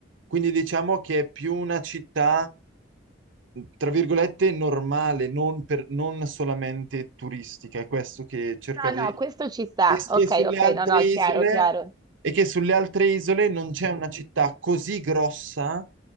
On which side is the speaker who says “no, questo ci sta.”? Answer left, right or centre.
Right